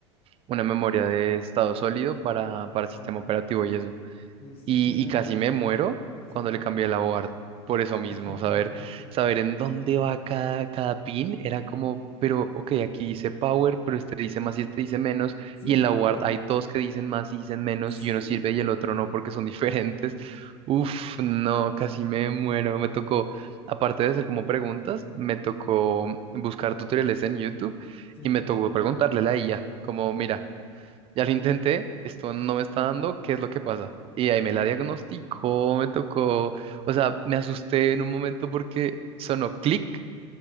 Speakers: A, on the right; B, on the left.
A: una memoria de estado sólido para, para
B: sí.
A: sistema operativo y eso.
B: Y es,
A: y,
B: es una,
A: y casi me muero
B: sí,
A: cuando le cambié la board. Por eso mismo,
B: <laughs>
A: saber, saber en dónde va cada, cada pin era como, pero ok, aquí dice power, pero este dice más y este dice menos,
B: sí,
A: y en la board hay dos que dicen más y dicen menos,
B: <laughs>
A: y uno
B: sí.
A: sirve y el otro no porque son <laughs> diferentes. Uf, no, casi me muero. Me tocó, aparte de hacer como preguntas, me tocó buscar tutoriales en YouTube
B: sí.
A: y me tocó preguntarle a la IA, como, mira, ya lo intenté, esto no me está dando, ¿qué es lo que pasa? Y ahí me la diagnosticó, me tocó, o sea, me asusté en un momento porque sonó clic